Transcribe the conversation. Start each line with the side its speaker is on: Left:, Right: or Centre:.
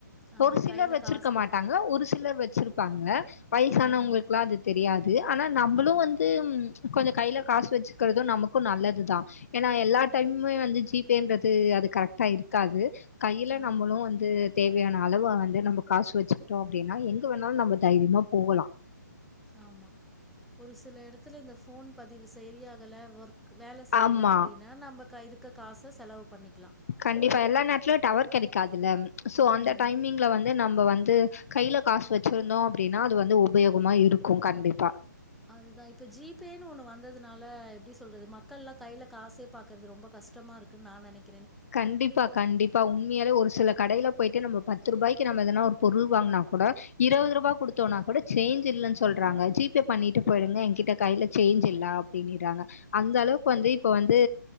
Centre: ஆ
Left: ஒரு சிலர்
Centre: கையில
Left: வச்சிருக்க
Centre: காசு குடுத்தாதா.
Left: மாட்டாங்க ஒரு சிலர் வச்சிருப்பாங்க வய்சானவங்களுக்கெல்லா
Centre: ஆ
Left: அது தெரியாது ஆனா நம்மளு
Centre: ஆமா
Left: வந்து ம் கொஞ்சோ கையில காசு வச்சுக்கிறது நமக்கு நல்லதுதா ஏனா எல்லா
Centre: ம்
Left: டைமுமே வந்து ஜீபேன்றது து அது கரெக்டா இருக்காது கைல
Centre: ஆ
Left: நம்மளு வந்து தேவையான அளவு வந்து நம்ம காசு வச்சுக்கிட்டோ அப்டின்னா எங்க வேணாலு நம்ம தைரியமா போகலா
Centre: ஆமா ஒரு சில இடத்துல இந்த போன் பதிவு செரியாகல ஒர்க் வேல செய்யல
Left: ஆமா
Centre: அப்டின்னா நம்ம கைரு க காச செலவு பண்ணிக்
Left: கண்டிப்பா எல்லா நேரத்துலுயு டவர் கிடைக்காதுல்ல சோ
Centre: ம்
Left: அந்த டைமிங்ல வந்து நம்ப வந் து கைல காசு வச்சிருந்தோ அப்டின்னா அது வந்து உபயோகமா இருக்கு கண்டிப்பா
Centre: அதுதா இப்ப ஜி பேன்னு ஒண்ணு வந்ததுனால எப்டி சொல்றது மக்கள்லா கைல காசே பாக்றது ரொம்ப கஷ்டமா இருக்குன்னு நா நெனைக்
Left: கண்டிப்பா கண்டிப்பா உண்மையாலே ஒரு சில கடையில போயிட்டு நம்ம பத்து ரூபாய்க் கு நம்ம எதனா ஒரு பொருள் வாங்கனா கூட இருவது ரூபா குடுத்தோனா கூட சேஞ்ச் இல்லன்னு சொல்றாங்க ஜி பே பண்ணிட்டு போய்டுனுங்ங எகிட்ட கைல சேஞ்ச் இல்ல அப்டின்னுறாங்க அந்த அளவுக்கு வந்து இப்ப வந்து